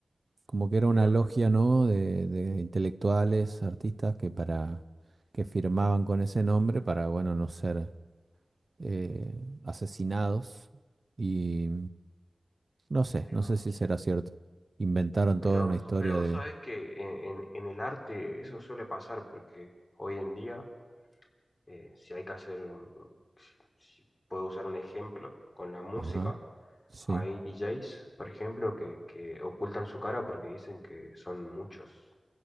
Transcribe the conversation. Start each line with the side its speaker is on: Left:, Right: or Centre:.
Right: Como que era una
Left: mira,
Right: logia, ¿no? De, de intelectuales, artistas que para que firmaban con ese nombre para, bueno, no ser eh, asesinados. Y no sé,
Left: mira
Right: no sé
Left: vos,
Right: si será cierto. Inventaron
Left: mira
Right: toda una
Left: vos.
Right: historia
Left: Pero vos
Right: de...
Left: sabés que en, en- en el arte eso suele pasar porque hoy en día, eh, si hay que hacer, un- un- si, si puedo usar un ejemplo con la música,
Right: Ajá, sí.
Left: hay DJs, por ejemplo, que, que ocultan su cara porque dicen que son muchos